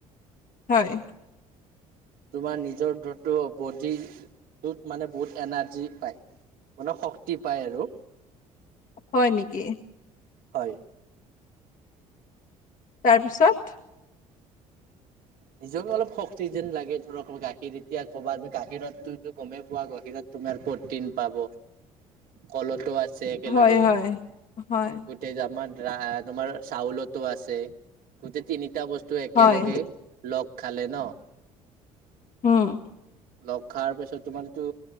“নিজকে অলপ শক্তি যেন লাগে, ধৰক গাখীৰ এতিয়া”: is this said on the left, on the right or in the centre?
Right